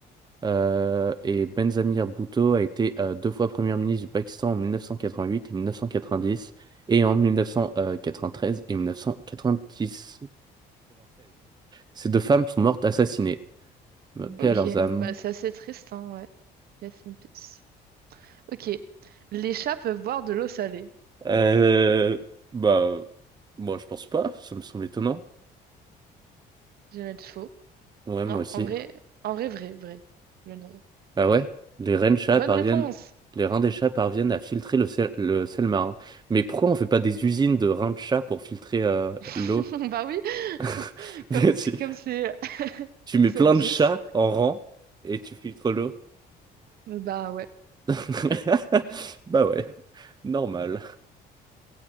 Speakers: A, on the right (about 25°); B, on the right (about 65°).
A: Euh, et Benzamir Bhutto a été euh, deux fois premier ministre du Pakistan en 1988 et 1990, et en 1993 et 1996. Ces deux femmes sont mortes assassinées. Euh, Paix
B: Ok.
A: à leurs âmes.
B: Bah, c'est assez triste, hein, ouais. Rest in peace. Ok. Les chats peuvent boire de l'eau salée.
A: Euh, bah, moi je pense pas, ça me semble étonnant.
B: Je vais mettre faux.
A: Ouais,
B: Non,
A: moi aussi.
B: en vrai, en vrai, vrai, vrai. Je viens de vrai.
A: Ah ouais? Les reines chats
B: Bonne
A: parviennent,
B: réponse!
A: les reins des chats parviennent à filtrer le sel, le sel marin. Mais pourquoi on fait pas des usines de reins de chats pour filtrer euh,
B: <laughs>
A: l'eau?
B: Bah oui, <laughs>
A: <laughs> Mais
B: comme
A: Tu,
B: comme c'est <laughs>
A: tu
B: comme
A: mets
B: c'est
A: plein
B: obvious.
A: de chats en rang et tu filtres l'eau.
B: Bah ouais.
A: <laughs> Bah ouais, normal.